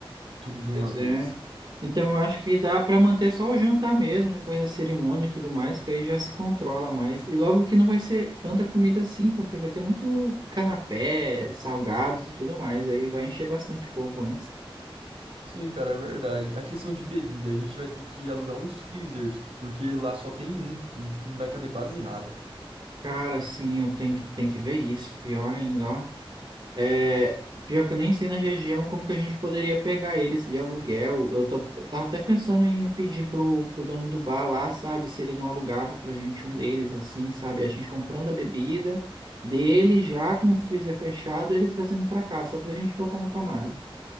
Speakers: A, on the right; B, on the right.
A: tudo de uma
B: Pois
A: vez.
B: é. Então eu acho que dá para manter só o jantar mesmo, depois da cerimônia e tudo mais, que aí já se controla mais. E logo que não vai ser tanta comida assim, porque vai ter muito canapé, salgados e tudo mais, aí vai encher bastante o povo antes.
A: Sim, cara, é verdade. A questão de bebida, a gente vai ter que alugar uns freezers, porque lá só tem um e não vai caber quase nada.
B: Cara, sim, eu tenho que, tenho que ver isso, pior ainda, ó. É, pior que eu nem sei na região como que a gente poderia pegar eles de aluguel. Eu tô- tava até pensando em pedir pro, pro dono do bar lá, sabe, se ele não alugava pra gente um deles, assim, sabe? A gente comprando a bebida dele já com o freezer fechado, ele trazendo pra cá, só pra gente botar na tomada.